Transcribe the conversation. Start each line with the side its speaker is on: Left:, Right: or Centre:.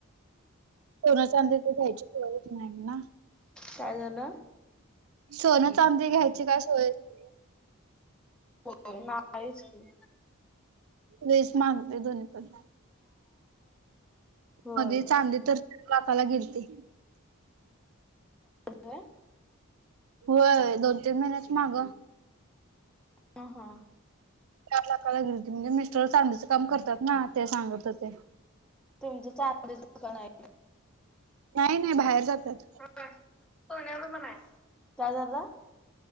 Right: सोनं, चांदी तर घ्यायचं होतचं नाही ना.
Centre: काय झालं?
Right: सोन चांदी घ्यायची काय सोयचं नाय.
Centre: हो नाहीच की.
Right: लईच महागले दोन्हीपण.
Centre: होय.
Right: मध्ये चांदी तर लाखाला गेलती.
Centre: व्हय?
Right: होय दोन तीन महिन्याचं मागं.
Centre: हा हा.
Right: चार लाखाला गेलती म्हणजे मिस्टर चांदीचं काम करतात ना ते सांगत होते.
Centre: तुमचं चांदीचं दुकान आहे?
Right: नाही नाही बाहेर जात्यात.
Centre: हो सोन्याचं पण हाय. काय झालं?